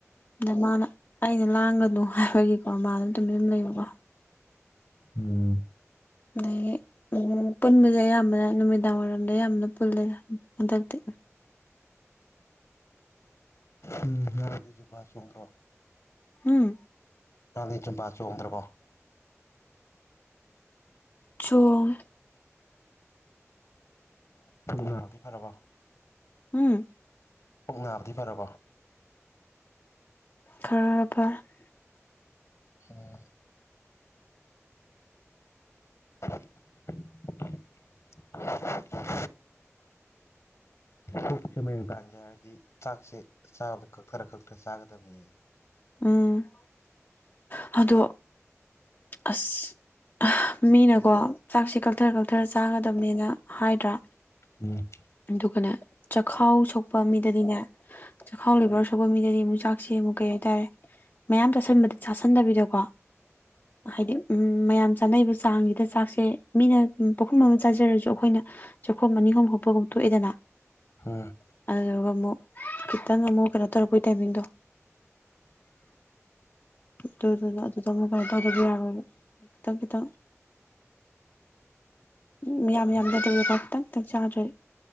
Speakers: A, on the left; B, on the left.
A: ꯑꯗ ꯃꯥꯅ ꯑꯩꯅ ꯂꯥꯡꯒꯅꯨ ꯍꯥꯏꯕꯒꯤꯀꯣ ꯃꯥꯅ ꯇꯨꯃꯤꯝ ꯂꯩꯕꯀꯣ
B: ꯎꯝ
A: ꯑꯗꯒꯤ ꯎꯝ ꯄꯨꯟꯕꯁꯦ ꯑꯌꯥꯝꯕꯅ ꯅꯨꯃꯤꯗꯥꯡ ꯋꯥꯏꯔꯝꯗ ꯑꯌꯥꯝꯕꯅ ꯄꯨꯜꯂꯦꯗ ꯍꯟꯗꯛꯇꯤ
B: ꯎꯝ <unintelligible> <unintelligible> ꯖꯨꯝꯕꯥ ꯆꯣꯡꯗ꯭ꯔꯣ
A: ꯍꯝ
B: ꯅꯪꯗꯤ ꯖꯨꯝꯕꯥ ꯆꯣꯡꯗ꯭ꯔꯕꯣ
A: ꯆꯣꯡ ꯑꯦ
B: ꯅꯥꯕꯗꯤ ꯐꯔꯕꯣ
A: ꯎꯝ
B: ꯄꯨꯛ ꯅꯥꯕꯗꯤ ꯐꯔꯕꯣ
A: ꯈꯔ <unintelligible>
B: ꯎꯝ <inaudible>
A: <inaudible>
B: ꯄꯨꯛꯁꯦ ꯃꯌꯦꯡ ꯇꯥꯍꯟꯒꯦ ꯍꯥꯏꯔꯗꯤ ꯆꯥꯛꯁꯦ ꯆꯥꯕꯗ ꯀꯛꯊꯔ ꯀꯛꯊꯔ ꯆꯥꯒꯗꯝꯅꯤꯌꯦ
A: ꯎꯝ ꯑꯗꯣ ꯑꯁ ꯃꯤꯅꯀꯣ ꯆꯥꯛꯁꯦ ꯀꯛꯊꯔ ꯀꯛꯊꯔ ꯆꯥꯒꯗꯝꯅꯦꯅ ꯍꯥꯏꯗ꯭ꯔꯥ
B: ꯎꯝ
A: ꯑꯗꯨꯒꯅꯦ ꯆꯈꯥꯎ ꯁꯣꯛꯄ ꯃꯤꯗꯗꯤꯅꯦ ꯆꯥꯛꯈꯥꯎ ꯂꯤꯕꯔ ꯕ ꯃꯤꯗꯗꯤ ꯑꯃꯨꯛ ꯆꯥꯛꯁꯤ ꯑꯃꯨꯛ ꯀꯩ ꯍꯥꯏꯇꯥꯔꯦ ꯃꯌꯥꯝ ꯆꯟꯕ ꯆꯥꯁꯟꯗꯕꯤꯗꯀꯣ ꯍꯥꯏꯗꯤ ꯎꯝ ꯃꯌꯥꯝ ꯆꯥꯅꯩꯕ ꯆꯥꯡꯁꯤꯗ ꯆꯥꯛꯁꯦ ꯃꯤꯅ ꯄꯨꯈꯝ ꯑꯃ ꯆꯥꯖꯔꯁꯨ ꯈꯣꯏꯅ ꯆꯥꯛꯈꯣꯝ ꯑꯅꯤ ꯍꯨꯝ ꯍꯨꯞꯄꯒꯨꯝ ꯊꯣꯛꯑꯦꯗꯅ
B: ꯍꯝ
A: ꯑꯗꯨꯒ ꯃꯨꯛ ꯈꯤꯇꯪ ꯑꯃꯨꯛ ꯀꯩꯅꯣ ꯇꯧꯔꯛꯄꯒꯤ ꯇꯥꯏꯃꯤꯡꯗꯣ ꯑꯗꯨꯗꯨꯅ ꯑꯗꯨꯗ ꯑꯃꯨꯛ ꯀꯩꯅꯣ ꯇꯧꯗꯗꯤ ꯌꯥꯔꯣꯏꯕ ꯈꯤꯇꯪ ꯈꯤꯇꯪ ꯃꯤꯌꯥꯝ ꯃꯤꯌꯥꯝꯗ ꯑꯗꯨꯗꯀꯣ ꯈꯤꯇꯪ ꯈꯤꯇꯪ ꯆꯥꯗ꯭ꯔꯦ